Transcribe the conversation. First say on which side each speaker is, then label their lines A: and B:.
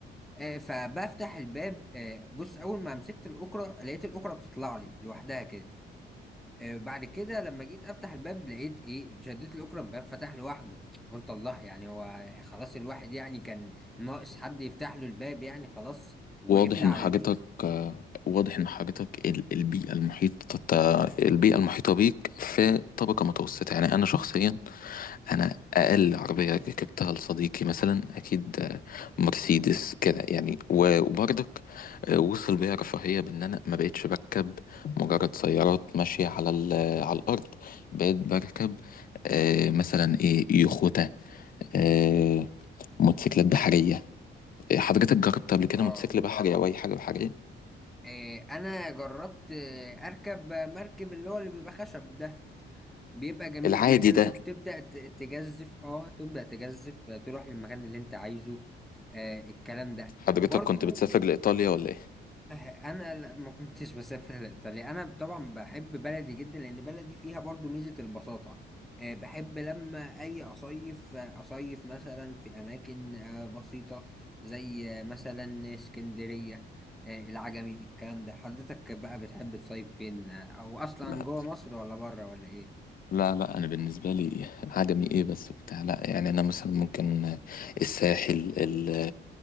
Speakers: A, in the centre; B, on the left.
A: آه فبفتح الباب آه بص أول ما مسكت الأكرة لقيت الأكرة بتطلع لي لوحدها كده آه، بعد كده لما جيت افتح الباب لقيت ايه شديت الاكرة الباب فتح لوحده قلت الله يعني هو خلاص الواحد يعني كان ناقص حد يفتح له الباب يعني خلاص وقفنا
B: واضح ان
A: على
B: حاجتك
A: دي
B: آه، واضح ان حاجتك ال- البيئة المحيطة البيئة المحيطة بيك في طبقة متوسطة يعني انا شخصيا انا اقل عربية ركبتها لصديقي مثلا اكيد آه، مرسيدس كده يعني و- وبرضك آه، وصل بيا رفاهية بان انا ما بقتش بركب مجرد سيارات ماشية على ال- على الارض بقيت بركب آه، مثلا ايه يخوتة آه، موتوسيكلات بحرية حضرتك جربت قبل كده
A: اه
B: موتوسيكل بحري او اي حاجة بحرية
A: آه، انا جربت آه، اركب مركب اللي هو اللي بيبقى خشب ده بيبقى جميل
B: العادي
A: جدا
B: ده
A: وبتبدأ ت- تجزف اه تبدأ تجزف آه، تروح للمكان اللي انت عايزه آه الكلام ده
B: حضرتك
A: برضو
B: كنت بتسافر لإيطاليا ولا إيه؟
A: أه، انا لا- ما كنتش بسافر لايطاليا انا طبعا بحب بلدي جدا لان بلدي فيها برضو ميزه البساطه آه، بحب لما اجي اصيف آه، اصيف مثلا في اماكن آه، بسيطه زي آه، مثلا اسكندريه آه، العجمي الكلام ده حضرتك بقى بتحب تصيف فين آه، او اصلا
B: لا
A: جوه مصر ولا بره ولا ايه
B: لا لا أنا بالنسبة لي عجمي إيه بس بتاع لا يعني أنا مثلا ممكن الساحل ال-